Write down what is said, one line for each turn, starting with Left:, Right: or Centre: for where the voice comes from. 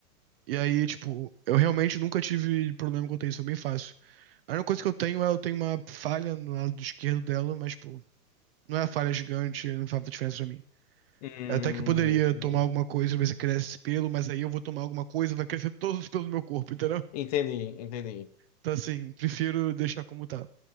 Right: E aí, tipo, eu realmente nunca tive problema quanto a isso, é bem fácil. A única coisa que eu tenho é eu tenho uma falha no lado esquerdo dela, mas, tipo, não é a falha gigante, não faz muita diferença pra mim.
Left: Hum,
Right: Até que eu poderia
Left: entendi.
Right: tomar alguma coisa, ver se cresce esse pelo, mas aí eu vou tomar alguma coisa, vai crescer todos os pelos do meu corpo, entendeu?
Left: Entendi, entendi.
Right: Então, assim, prefiro deixar como tá.